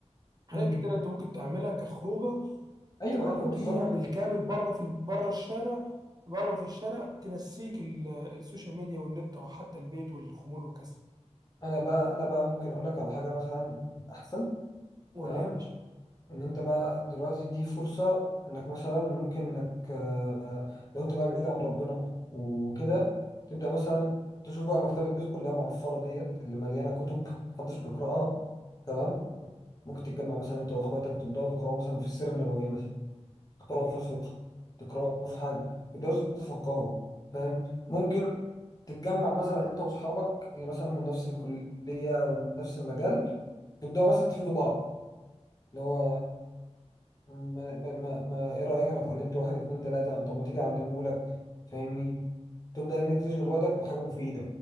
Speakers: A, on the right (about 35°); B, on the left (about 30°).
A: حاجات
B: مم.
A: كتير انت ممكن تعملها كخروجه
B: ايوه
A: تقضيها
B: ايوه بالظبط
A: بالكامل بره في بره الشارع بره في الشارع تنسيك ال- السوشيال ميديا والنت او حتى البيت والخمول والكسل
B: انا بقى انا بقى ممكن اقول لك على حاجه مثلا احسن
A: قول
B: تمام
A: لي يا باشا
B: ان انت بقى دلوقتي دي فرصه انك مثلا ممكن انك آه، لو انت بقى بعيد عن ربنا وكده تبدا مثلا تشوف بقى مكتبه بيت كلها معفره ديت اللي مليانه كتب <laughs> محدش بيقراها تمام ممكن تتجمع مثلا انت واخواتك تبداوا تقراوا مثلا في السيره النبويه مثلا تقرأه
A: جميل
B: في الفقه تقرأه في حاجة تقدروا تتفقهوا فاهم ممكن تتجمع مثلا انت واصحابك اللي مثلا من نفس الكلية او من نفس المجال تبدأوا مثلا تفيدوا بعض اللي هو ما, ما, ما, ما ايه رأيك انا اتعلمت واحد اتنين تلاتة طب ما تيجي اعلمه لك فاهمني تبدأ انك تشغل وقتك بحاجة مفيدة